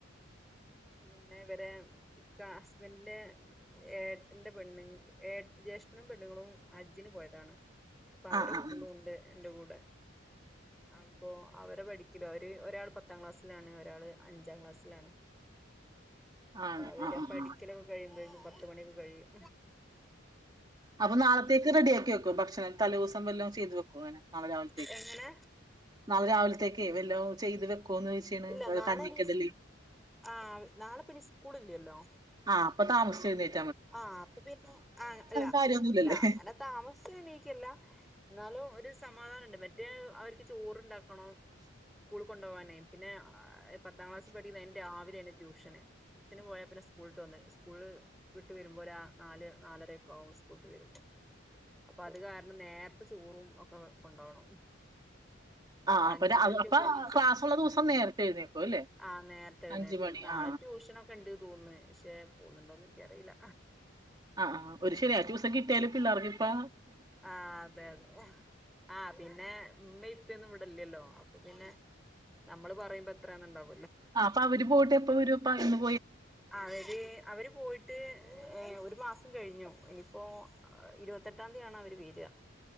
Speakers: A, in the centre; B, on the right (about 20°).
A: പിന്നെ ഇവരെ ഇക്ക ഹസ്ബൻഡിന്റെ ഏട്ടന്റെ പെണ്ണു ഏ ജ്യേഷ്ഠനും പെണ്ണുങ്ങളും ഹജ്ജിന് പോയതാണ് അപ്പൊ അവരെ
B: ആ ആ
A: കുട്ട്യാളും
B: ആ
A: ഉണ്ട് എന്റെ കൂടെ അപ്പൊ അവരെ പഠിക്കലും അവര് ഒരാൾ പത്താം ക്ലാസ്സിലാണ് ഒരാള് അഞ്ചാം ക്ലാസ്സിലാണ് അപ്പൊ
B: ആണ്
A: അവര്
B: ആ ആ
A: പഠിക്കലൊക്കെ
B: ആ
A: കഴിയുമ്പോഴേക്കും പത്തുമണി ഒക്കെ കഴിയും
B: അപ്പൊ നാളത്തേക്ക് റെഡിയാക്കി വെക്കോ ഭക്ഷണം തലേ ദിവസമെല്ലാം ചെയ്തു വെക്കുംങ്ങനെ നാളെ രാവിലത്തേക്ക്
A: എങ്ങനെ
B: നാളെ രാവിലത്തേക്ക് വല്ലോ ചെയ്ത് വെക്കോന്ന് ചോദിച്ചാണ്
A: ഇല്ല
B: ഒരു
A: നാളെ
B: കഞ്ഞിക്കടല്
A: ഇനി ആ നാളെപ്പ ഇനി സ്കൂളില്ലല്ലോ
B: ആ അപ്പൊ താമസിച്ചഴു നേൽക്ക
A: ആ അപ്പൊ പിന്നെ ആ അല്ലല്ല
B: കാര്യൊന്നുല്ലല്ലേ
A: അങ്ങനെ താമസിച്ചണീക്ക്ല്ല എന്നാലും ഒരു സമാധാനംണ്ട് മറ്റേ അവർക്ക് ചോറുണ്ടാക്കണം കു കൊണ്ടുപോകാനേ പിന്നെ പത്താം ക്ലാസ് പഠി രാവിലെയാണ് ട്യൂഷന് ട്യൂഷന് പോയപ്പിന്നെ സ്കൂള്ട്ട് വന്ന് സ്കൂള് വിട്ട് വരുമ്പോ ഒരു ആ നാല് നാലരൊക്കെ ആകും സ്കൂള്ട്ട് വരുമ്പോ അപ്പൊ അത് കാരണം നേർത്തെ ചോറും ഒക്കെ കൊണ്ടാവണം
B: ആ
A: അപ്പൊ അഞ്ച് മണിക്കൊക്കെ
B: അപ്പൊ
A: എണീച്ചാ
B: ക്ലാസ്സുള്ള ദിവസം നേരത്തെ എഴുന്നേക്കും അല്ലേ
A: ആ നേരത്തെഴുന്നേക്കും
B: അഞ്ച് മണി
A: നാളെ
B: ആ
A: ട്യൂഷനൊക്കെ ഇണ്ട് തോന്നന്ന് ചേ പോകുന്നുണ്ടോന്ന് അറിയില്ല
B: ആ ആ ഒരു ശരി ആ ദിവസം കിട്ട തലുപ്പിലാക്കിപ്പാ
A: ആ അതെ അതെ ആ പിന്നെ ഇമ മ്മിഇപ്പിം വിടല്ലല്ലോ അപ്പൊ പിന്നെ നമ്മള് പറയുമ്പോ എത്രയാെന്നുണ്ടാകും
B: ആ അപ്പ അവര് പോയിട്ട് എപ്പൊ വരും പയിന്നു
A: അവര് അവര് പോയിട്ട് ഏ ഒരു മാസം കഴിഞ്ഞു എനിപ്പോ ഇരുപത്തെട്ടാംതീ ആണ് അവര് വെരാ